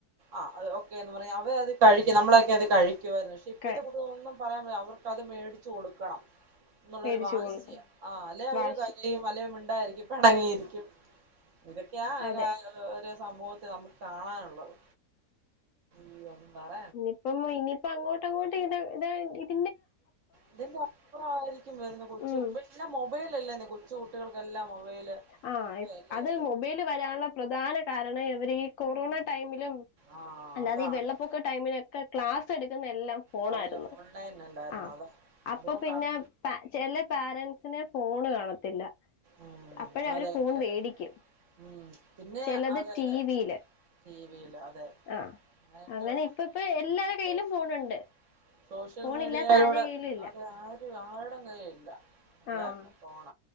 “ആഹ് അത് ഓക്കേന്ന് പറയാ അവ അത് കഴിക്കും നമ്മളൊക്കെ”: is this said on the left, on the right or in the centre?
Right